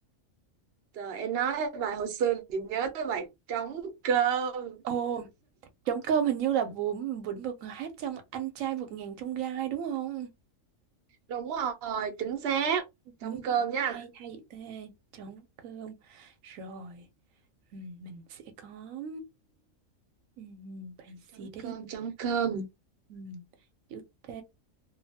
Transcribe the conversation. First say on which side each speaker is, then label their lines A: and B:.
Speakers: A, on the right; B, on the right.
A: Trời em nói bài hồi xưa chị nhớ tới bài trống cơm.
B: ồ trống cơm hình như là Vũng Vĩnh Vực hát trong anh trai vượt ngàn chông gai đúng không
A: Đúng rồi, chính xác.
B: ừ,
A: Trống cơm nha.
B: hay hay vậy ta trống cơm rồi ừ, mình sẽ có ừ, bài
A: Trống
B: gì đây
A: cơm,
B: nhỉ?
A: trống cơm.
B: ừ, chữ T